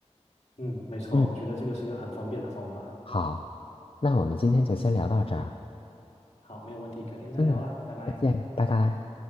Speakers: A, on the left; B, on the left.
A: 嗯，没错，
B: 嗯，
A: 我觉得这个是个很方便的方法。
B: 好，那我们今天就先聊到这儿。
A: 好，没有问题，改天再聊啦，
B: 嗯，
A: 拜拜。
B: 再见，拜拜。